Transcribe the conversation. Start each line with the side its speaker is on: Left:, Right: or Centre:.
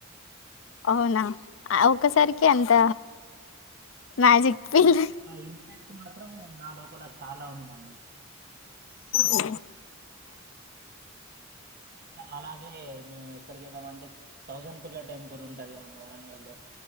Left: అవునా ఆ ఒక్క సారికె అంత మ్యాజిక్ ఫీల్
Right: ఆ ఆ ఇంపాక్ట్ మాత్రం నా లోపల చాలా ఉందండి
Left: ఓ
Right: అలాగే మేము ఎక్కడికి వెళ్ళామంటే థౌజండ్ పిల్ల టెంపుల్ ఉంటది మన వరంగల్ లో